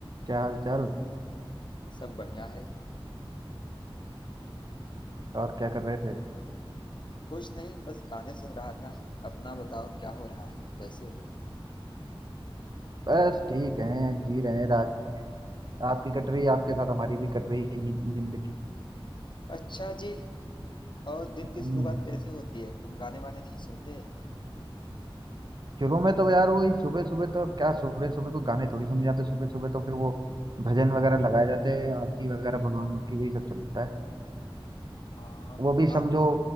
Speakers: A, on the right (about 50°); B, on the left (about 55°).
A: क्या हाल चाल
B: सब बढ़िया है
A: और क्या कर रहे थे
B: कुछ नहीं बस गाने सुन रहा था अपना बताओ क्या हो रहा है कैसे हो
A: बस ठीक हैं जी रहे हैं राज में आपकी कट रही है आपके साथ हमारी भी कट रही है जी जिंदगी
B: अच्छा जी और दिन की
A: हम्म
B: शुरुआत कैसे होती है तुम गाने वाने नहीं सुनते
A: शुरू में तो यार वही सुबह सुबह तो अब क्या सुबह सुबह को गाने थोड़ी सुने जाते हैं। सुबह सुबह तो फिर वो भजन वगैरह लगाए जाते हैं आरती वगैरह भगवानों की वही सब चलता है
B: हाँ
A: वो भी
B: बात
A: समझो
B: तो